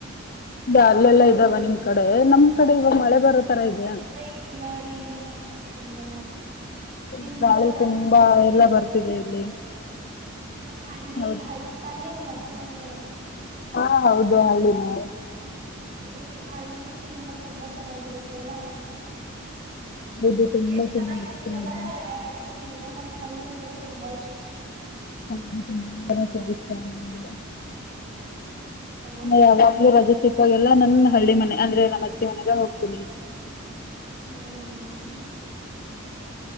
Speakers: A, on the left; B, on the right.
A: ಇದ ಅಲ್ಲೆಲ್ಲಾ ಇದಾವ ನಿಮ್ ಕಡೆ ನಮ್ ಕಡೆ ಇವ ಮಳೆ ಬರೋ ತರ ಇದ್ಯ.
B: ಎ ಇಲ್ಲ ರೀ ನಮ್ಮ್ ಕಡೆ ಇಲ್ಲ.
A: ಎಲ್ಲ
B: ನಿಮ್ದೇ
A: ಗಾಳಿ
B: ಚೆನ್ನಾಗಿರುತ್ತೆ
A: ತುಂಬಾ ಎಲ್ಲ ಬರ್ತಿದೆ ಇಲ್ಲಿ
B: ಹಳ್ಳಿ
A: ಹೌದು
B: ಹಳ್ಳಿ ತಾನೇ ನಿ ಮಜ್ಜಿ ಮನೆ
A: ಹಾಂ ಹೌದು ಹಳ್ಳಿಮನೆ.
B: ರಿ ಹಳ್ಳಿ ಜೀವನ ತುಂಬಾ ಚೆನ್ನಾಗಿರುತೆಲ್ಲಾ
A: ಇದು ತುಂಬಾ
B: ಎಷ್ಟ ಚೆನ್ನಾಗಿರುತ್ತೆ ಅಲ್ಲ
A: ಇಲ್ಲಿ
B: ಹಳ್ಳಿ ಜೀವನ ನಂಗ್ ಹಳ್ಳಿ ಅಂದ್ರೆ ತುಂಬಾ ಇಷ್ಟಾ.
A: ಅ <unintelligible>
B: ಹಲೋ
A: <unintelligible> ಯಾವಾಗ್ಲೂ ರಜೆ ಸಿಕ್ಕಾಗೆಲ್ಲಾ ನನ್ ಹಳ್ಳಿ ಮನೆ ಅಂದ್ರೆ ನಮ್ಮಜ್ಜಿ ಮನೆಗೆ ಹೋಗ್ತೀನಿ.
B: ಹ್ಮ